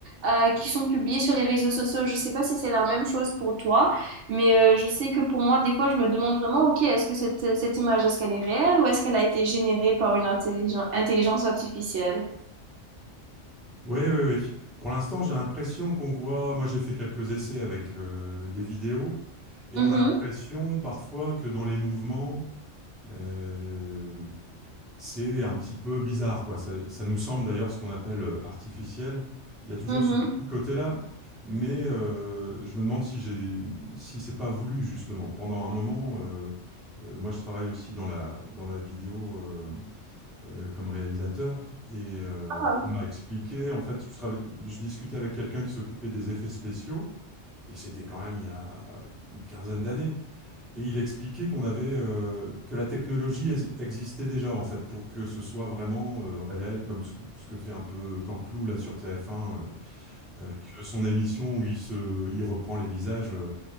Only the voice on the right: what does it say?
euh, qui sont publiées sur les réseaux sociaux. Je sais pas si c'est la même chose pour toi. Mais euh, je sais que pour moi, des fois, je me demande vraiment, ok, est-ce que cette, cette image, est-ce qu'elle est réelle ou est-ce qu'elle a été générée par une intelligen- intelligence artificielle?
Mhm,
mhm.
Ah,